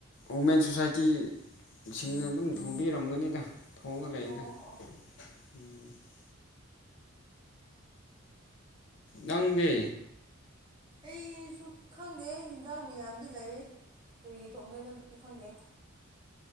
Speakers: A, on the left; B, on the right.
A: ꯋꯨꯃꯦꯟ ꯁꯣꯁꯥꯏꯇꯤ ꯁꯤꯡꯅ ꯑꯗꯨꯝ ꯊꯣꯡꯕꯤꯔꯝꯒꯅꯤꯗ ꯊꯣꯡꯉ ꯂꯩꯗ
B: ꯑꯣ ꯑꯣ
A: <unintelligible> ꯅꯪꯗꯤ
B: ꯑꯩꯁꯨ ꯈꯪꯗꯦ ꯌꯦꯟꯖꯥꯡ ꯃꯌꯥꯝꯗꯤ ꯂꯩ ꯀꯔꯤ ꯊꯣꯡꯗꯣꯏꯅꯣꯗꯨꯗꯤ ꯈꯪꯗꯦ